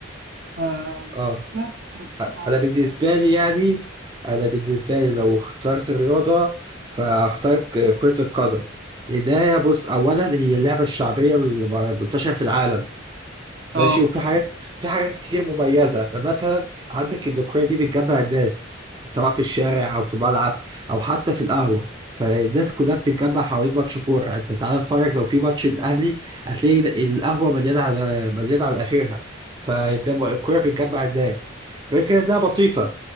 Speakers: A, on the right (about 55°); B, on the right (about 20°).
A: ف بتساعد
B: اه
A: بتساعد على
B: انا
A: التوازن
B: بالنسبه لي يعني انا بالنسبه لي لو اخترت الرياضه فاختار كره القدم لأنها بص اولا هي اللعبه الشعبيه المنتشره في العالم ماشي
A: اه
B: وفي حاجات في حاجات كتير مميزة مثلا عندك الذكرية دي بتجمع الناس سواء في الشارع أو في ملعب أو حتى في القهوة فالناس كلها بتتجمع حوالين ماتش كورة أنت تعالى اتفرج لو في ماتش الأهلي هتلاقي القهوة مليانة على مليانة على آخرها فالكورة بتجمع الناس غير كده ده بسيطة